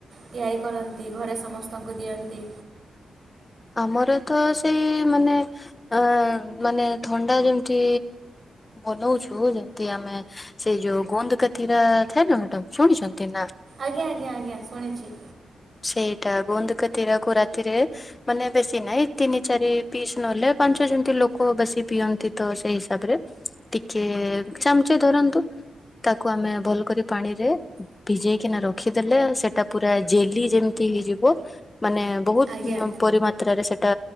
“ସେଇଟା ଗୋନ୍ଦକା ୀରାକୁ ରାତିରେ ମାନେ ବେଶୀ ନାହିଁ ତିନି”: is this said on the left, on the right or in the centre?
Left